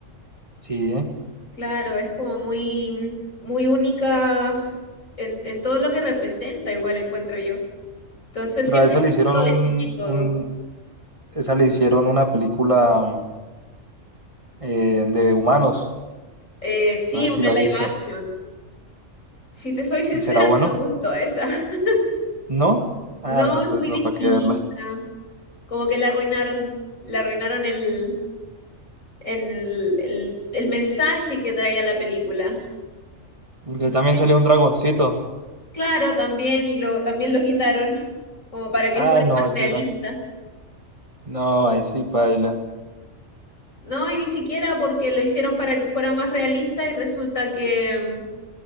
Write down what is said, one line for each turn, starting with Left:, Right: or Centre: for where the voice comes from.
Right: Sí.
Left: Claro, es como muy, muy única en, en todo lo que representa, igual encuentro yo. Entonces
Right: Pero
Left: siempre
Right: a esa le
Left: me
Right: hicieron
Left: gustó
Right: un,
Left: de niña y todo.
Right: un... Esa le hicieron una película mm, eh, de humanos.
Left: Eh, sí,
Right: No sé
Left: una
Right: si la
Left: live
Right: viste.
Left: action. Si te soy sincera,
Right: ¿Será bueno?
Left: no me gustó esa. <laughs>
Right: ¿No?
Left: No,
Right: Ah, no,
Left: es
Right: entonces
Left: muy distinta.
Right: no, ¿para qué verla?
Left: Como que la arruinaron, la arruinaron el, el, el, el mensaje que traía la película.
Right: Porque
Left: No
Right: también
Left: sé.
Right: salió un dragoncito.
Left: Claro, también, y lo, también lo quitaron como para que
Right: Ah,
Left: fuera
Right: no,
Left: más
Right: ese
Left: realista.
Right: era. No, ahí sí, paila.
Left: No, y ni siquiera porque lo hicieron para que fuera más realista y resulta que mm,